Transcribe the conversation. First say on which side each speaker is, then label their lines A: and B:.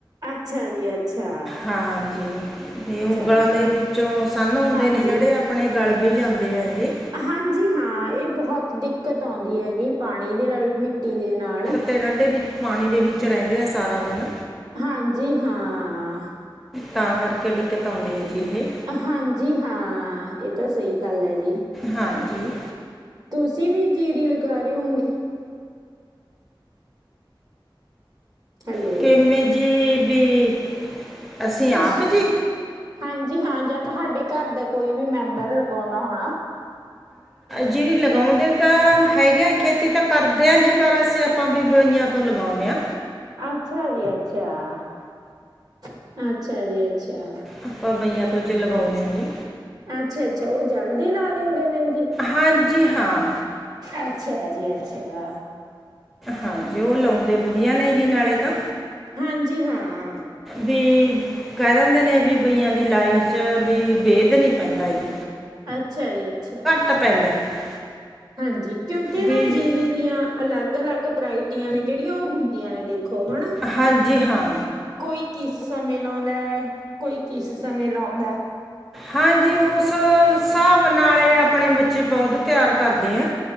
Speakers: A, on the right; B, in the centre.
A: ਅੱਛਾ ਜੀ। ਅੱਛਾ
B: ਹਾਂਜੀ ਅਤੇ ਉਂਗਲਾਂ
A: ਚਲੋ
B: ਦੇ ਵਿੱਚੋਂ ਸਾੰਨੂ ਹੁੰਦੇ
A: ਹਾਂਜੀ
B: ਨੇ ਜਿਹੜੇ। ਆਪੇ ਗਲ ਵੀ ਜਾਂਦੇ ਹੈਗੇ।
A: ਹਾਂਜੀ ਹਾਂ ਇਹ ਬਹੁਤ ਦਿੱਕਤ ਆਉਂਦੀ ਹੈਗੀ ਪਾਣੀ ਦੇ ਨਾਲ ਮਿੱਟੀ ਦੇ ਨਾਲ।
B: ਅਤੇ ਨੰਢੇ ਪਾਣੀ ਦੇ ਵਿੱਚ ਰਹਿੰਦੇ ਆ ਸਾਰਾ ਦਿਨ।
A: ਹਾਂਜੀ ਹਾਂ।
B: ਤਾਂ ਕਰਕੇ ਦਿੱਕਤ ਆਉਂਦੀ ਹੈ ਜੀ ਇਹ।
A: ਹਾਂਜੀ ਹਾਂ ਇਹ ਤਾਂ ਸਹੀ ਗੱਲ ਹੈ ਜੀ।
B: ਹਾਂਜੀ।
A: ਤੁਸੀਂ ਵੀ ਜੀਰੀ ਲਗਾ ਰਹੇ ਹੋਗੇ। ਹਲੇ।
B: <unintelligible> ਅਸੀਂ ਆਪ
A: ਤੁਸੀਂ
B: ਜੀ।
A: ਹਾਂਜੀ ਹਾਂ ਜਾਂ ਤੁਹਾਡੇ ਘਰ ਦਾ ਕੋਈ ਵੀ ਮੈਂਬਰ ਲਗਾਉਂਦਾ ਹੋਣਾ।
B: ਜੀਰੀ ਲਗਾਉਂਦੇ ਤਾਂ ਹੈਗੇ ਖੇਤੀ ਤਾਂ ਕਰਦੇ ਹਾਂ ਜੀ ਪਰ ਅਸੀਂ ਆਪ। <unintelligible> ਆਪਾਂ ਵੀਆਂ ਤੋਂ ਲਗਾਉਂਦੇ ਹਾਂ
A: ਅੱਛਾ ਜੀ ਅੱਛਾ-ਅੱਛਾ ਜੀ ਅੱਛਾ।
B: ਆਪਾਂ ਬਈਆਂ ਤੋਂ ਜੀ ਲਗਾਉਂਦੇ ਆ ਜੀ
A: ਅੱਛਾ ਅੱਛਾ ਉਹ ਜਲਦੀ ਲਾ ਦਿੰਦੇ ਨੇ ਜੀ।
B: ਹਾਂਜੀ ਹਾਂ।
A: ਅੱਛਾ ਜੀ ਅੱਛਾ।
B: ਹਾਂਜੀ ਉਹ ਲਾਉਂਦੇ ਵਧੀਆ ਨੇ ਜੀ ਨਾਲੇ ਤਾਂ।
A: ਹਾਂਜੀ ਹਾਂ।
B: ਵੀ <unintelligible> ਕਹਿ ਦਿੰਦੇ ਨੇ ਵੀ ਬਈਆਂ ਦੀ ਲਾਈ ਚ ਵੀ ਵੇਦ ਨੀ ਪੈਂਦਾ ਜੀ।
A: ਅੱਛਾ ਜੀ ਅੱਛਾ।
B: ੱਟ ਪੈਂਦਾ <unintelligible>
A: ਹਾਂਜੀ ਕਿਉਂਕਿ
B: ਵੀ
A: ਨਾ ਜੀਰੀ ਦੀਆਂ ਅਲੱਗ-ਅਲੱਗ। ਵਰਾਇਟੀਆਂ ਨੇ ਜਿਹੜੀਆਂ ਉਹ ਹੁੰਦੀਆਂ ਨੇ ਦੇਖੋ ਹਨਾ।
B: ਹਾਂਜੀ ਹਾਂ।
A: ਕੋਈ ਕਿਸ ਸਮੇਂ ਲਾਉਂਦਾ ਕੋਈ ਕਿਸ ਸਮੇਂ ਲਾਉਂਦਾ।
B: ਹਾਂਜੀ ਉਸ ਹਿਸਾਬ ਨਾਲ ਆਪਣੇ ਬੱਚੇ ਬਹੁਤ ਪਿਆਰ ਕਰਦੇ ਹੈ।